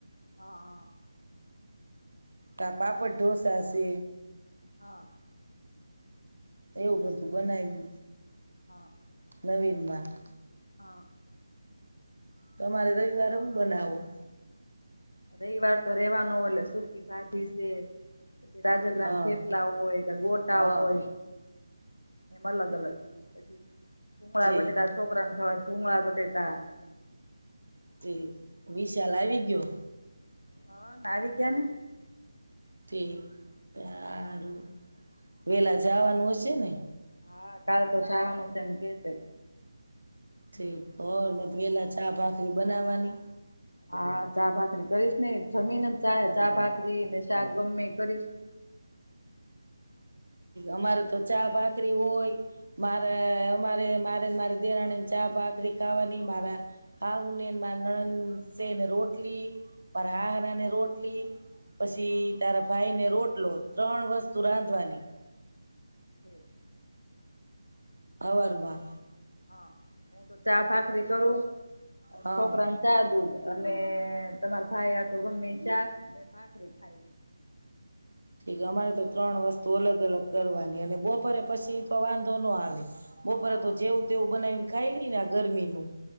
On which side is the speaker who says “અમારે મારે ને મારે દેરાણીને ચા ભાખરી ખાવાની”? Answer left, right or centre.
Right